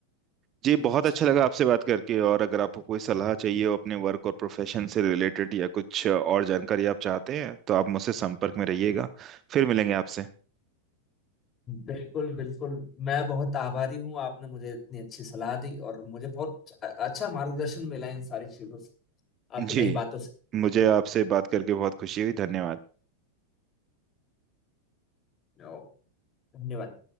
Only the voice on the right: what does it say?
जी
बहुत
अच्छा
लगा आपसे बात करके और अगर आपको कोई सलाह चाहिए हो अपने वर्क और प्रोफेशन से रिलेटेड या कुछ और जानकारी आप चाहते हैं तो आप मुझसे संपर्क में रहिएगा फिर मिलेंगे आपसे
जी
मुझे आपसे बात करके बहुत खुशी हुई धन्यवाद